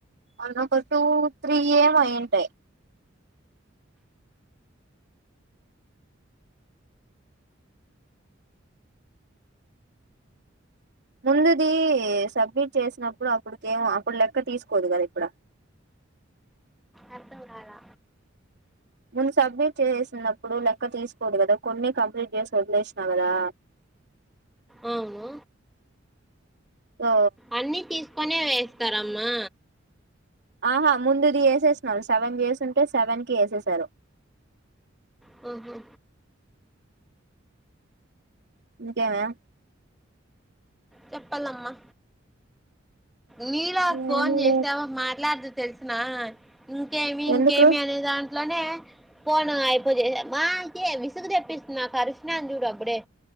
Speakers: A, on the right (about 60°); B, in the centre.
A: మొన్న ఒక టూ త్రీ ఏమొ అయింటాయి ముందుది సబ్మిట్ చేసినప్పుడు అప్పుడికేమో అప్పుడు లెక్క తీసుకోదు కదా ఇప్పుడ
B: అర్థం కాలా
A: ముందు సబ్మిట్ చేసినప్పుడు లెక్క తీసుకోదు కదా కొన్ని కంప్లీట్ చేస్ వదిలేసినావ్ కదా
B: అవును
A: ఓ
B: అన్నిీ తీసుకొనే వేస్తారమ్మా
A: ఆహా ముందిది వేసేసిన సెవెన్ చేస్తుంటే సెవెన్కిి వేసేసారు
B: మ్ హో
A: ఇంకేమే
B: చెప్పాలమ్మా నీలా
A: ఏమి
B: ఫోన్ చేస్తే
A: లేదు
B: ఆమె మాట్లాడదు తెలుసునా ఇంకేమి ఇంకేమి
A: ఎందుకు
B: అనేదా అట్లనే పోను అయిపో చె మామ్ కి విసుగు తెప్పిస్తుంది నాక్ అరిశి నాను చూడు అప్పుడే